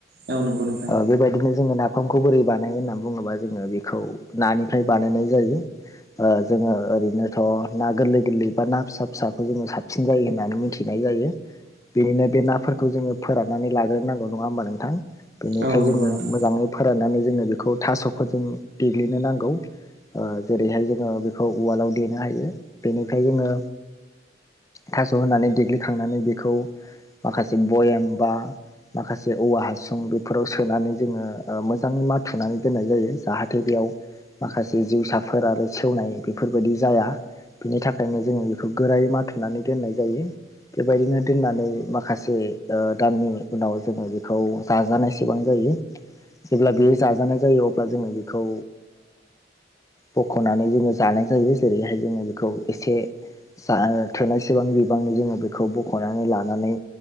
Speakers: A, on the right; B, on the left.
A: औ नंगौ नोंथां
B: ओ बेबायदिनो जोङो ना फामखौ बोरै बानायो होननानै बुङोबा जोङो बेखौ नानिफ्राय बानायनाय जायो। ओ जोङो ओरैनो थ' ना गोरलै गोरलै बा ना फिसा फिसाखौ जोङो साबसिन जायो होननानै मिथिनाय जायो। बेनिनो बे नाफोरखौ जोङो फोराननानै लाग्रोनांगौ नङा होमबा नोंथां। बेनिफ्राय
A: औ नंगौ
B: जोङो
A: नोंथां
B: मोजाङै फोराननानै जोङो बेखौ थास'फोरजों देग्लिनो नांगौ। ओ जेरैहाय जोङो बेखौ उवालाव देनो हायो। बेनिफ्राय जोङो थास' होनानै देग्लिखांनानै बेखौ माखासे बयाम बा माखासे औवा हासुं बेफोराव सोनानै जोङो ओ मोजाङै माथुनानै दोननाय जायो। जाहाथे बेयाव माखासे जिउसाफोर आरो सेवनाय बेफोर बायदि जाया बिनि थाखायनो जोङो इखौ गोरायै माथुनानै दोननाय जायो। बेबायदिनो दोननानै माखासे ओ दाननि उनाव जोङो बेखौ जाजानायसेबां जायो। जेब्ला बेयो जाजानाय जायो। अब्ला जोङो बेखौ बख'नानै जोङो जानाय जायो। जेरैहाय जोङो बेखौ एसे जा थोनायसेबां बिबांनि जोङो बेखौ बख'नानै लानानै